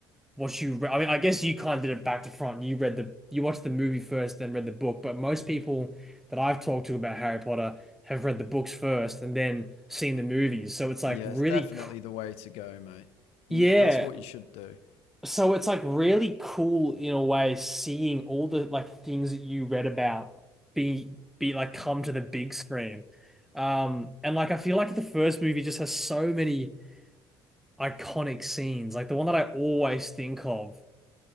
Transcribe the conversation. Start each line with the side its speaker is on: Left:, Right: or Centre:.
Centre: what you re I mean, I guess you kind of did it back to front. You read the, you watched the movie first, then read the book. But most people that I've talked to about Harry Potter have read the books first and then seen the movies. So it's like
Left: Yeah,
Centre: really,
Left: it's definitely
Centre: c-
Left: the way to go, mate.
Centre: yeah.
Left: You need, that's what you should do.
Centre: So it's like really cool in a way seeing all the like things that you read about be be like come to the big screen. Um and like I feel like the first movie just has so many iconic scenes. Like the one that I always think of